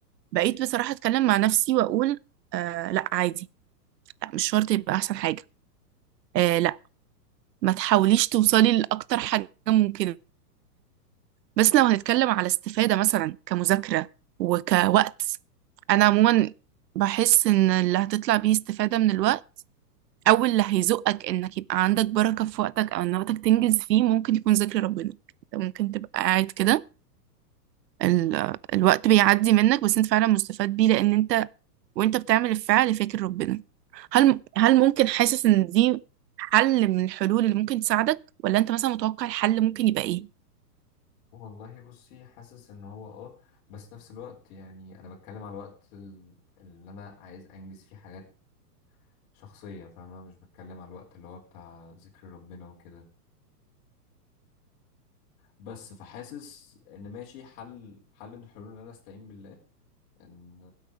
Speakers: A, on the right; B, on the left.
A: بقيت بصراحة اتكلم مع نفسي واقول آه لا عادي لا مش شرط يبقى احسن حاجة آه لا ما تحاوليش توصلي لاكتر حاجة ممكنة بس لو هنتكلم على استفادة مثلا كمذاكرة وكوقت أنا عموما بحس إن اللي هتطلع بيه استفادة من الوقت أو اللي هيزقك إنك يبقى عندك بركة في وقتك أو إن وقتك تنجز فيه ممكن يكون ذكر ربنا أنت ممكن تبقى قاعد كده ال- آه، الوقت بيعدي منك بس أنت فعلا مستفاد بيه لأن أنت وأنت بتعمل الفعل فاكر ربنا هل هل ممكن حاسس إن دي حل من الحلول اللي ممكن تساعدك ولا أنت مثلا متوقع الحل ممكن يبقى إيه؟
B: والله بصي حاسس ان هو اه بس نفس الوقت يعني انا بتكلم على الوقت ال- اللي انا عايز انجز فيه حاجات شخصية فاهمة مش بتكلم على الوقت اللي هو بتاع ذكر ربنا وكده بس فحاسس ان ماشي حل حل من الحلول ان انا استعين بالله ان